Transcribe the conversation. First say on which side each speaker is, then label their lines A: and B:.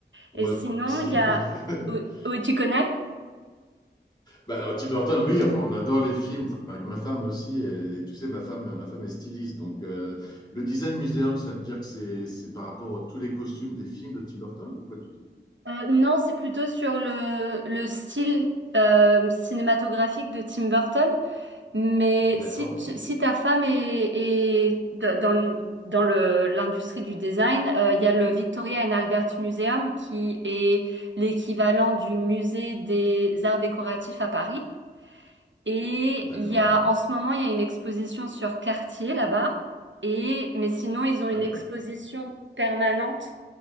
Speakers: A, on the left; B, on the right.
A: moi
B: Et sinon,
A: aussi.
B: il y a.
A: <laughs>
B: Oui, tu connais?
A: Bah, Tim Burton, oui, enfin, on adore les films, enfin, avec ma femme aussi, et tu sais, ma femme, ma femme est styliste, donc euh, le Design Museum, ça veut dire que c'est, c'est par rapport à tous les costumes des films de Tim Burton ou pas du tout?
B: Euh, non, c'est plutôt sur le, le style euh, cinématographique de Tim Burton. Mais
A: D'accord,
B: si, tu- si ta femme est, est d- dans le, dans le- l'industrie du design, euh, il y a le Victoria and Albert Museum qui est l'équivalent du musée des arts décoratifs à Paris. Et
A: d'accord.
B: il y a, en ce moment, il y a une exposition sur Cartier là-bas. Et, mais sinon, ils ont
A: Ah
B: une
A: oui?
B: exposition permanente